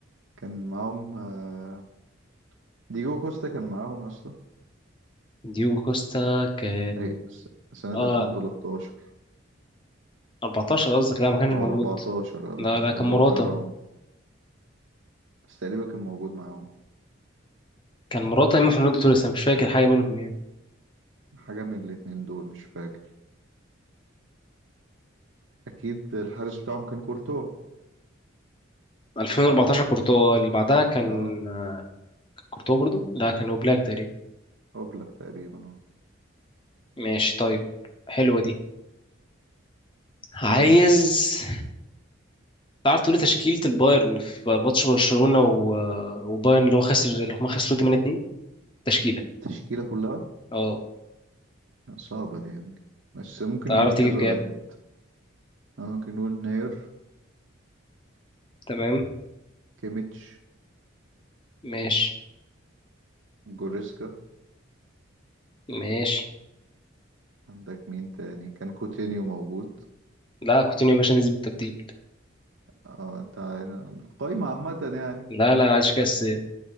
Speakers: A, on the right; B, on the left.
A: كان معاهم آه، ديجو كوستا كان معاهم يا اسطى
B: ديوجو كوستا كان
A: اي س- سنة
B: اه
A: 2013
B: 14 قصدك لا ما كانش
A: او
B: موجود
A: 14
B: لا
A: اه لو
B: لا
A: في
B: كان
A: الجون
B: مراته
A: بتاع راموس بس تقريبا كان موجود معاهم
B: كان مراته اما فرناندو توريس أنا مش فاكر حاجه منهم يعني
A: حاجة من الاتنين دول مش فاكر اكيد الحارس بتاعهم كان كورتوا
B: 2014 كورتوا اللي بعدها كان
A: اه
B: آه، كان كورتوا برضو لا كان اوبلاك تقريبا
A: اوبلاك تقريبا اه
B: ماشي طيب حلوه دي عايز
A: ماشي
B: تعرف تقولي تشكيلة البايرن في ماتش برشلونة و... وبايرن اللي هو خسر اللي هما خسروا 8-2 تشكيلة
A: التشكيلة كلها
B: اه
A: لا، صعبة دي يا ابني بس ممكن
B: تعرف
A: نقول
B: تجيب
A: كذا
B: كام
A: واحد أنا ممكن نقول ناير
B: تمام
A: كيميتش
B: ماشي
A: جوريسكا
B: ماشي
A: عندك مين تاني كان كوتينيو موجود
B: لا كوتينيو يا باشا نزل بالتبديل
A: اه انت أنا- القايمة عامة يعني
B: لا لا انا عايز كاس يا